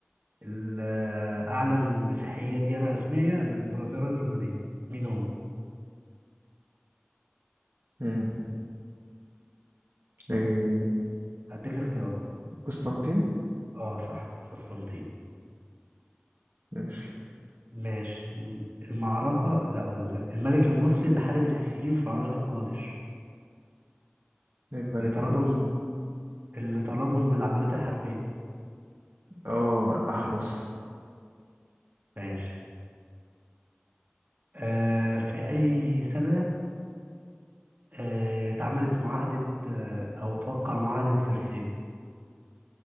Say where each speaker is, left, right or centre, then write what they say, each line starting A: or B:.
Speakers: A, on the right; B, on the right.
A: اللي أعلن مسيحية ديانة رسمية للإمبراطورية الرومانية مين هو؟
B: امم إيه
A: هديك اختيارات
B: قسطنطين
A: اه صح قسطنطين
B: ماشي
A: ماشي م- المعركة لا ولا لا الملك المصري اللي حارب الحيثيين في معركة قادش
B: للملك
A: اللي طردهم
B: المصري
A: اللي طردهم بالعجلات الحربية
B: اه أحمس
A: ماشي آه في أي سنة آه اتعملت معاهدة آه أو توقع معاهدة فرساي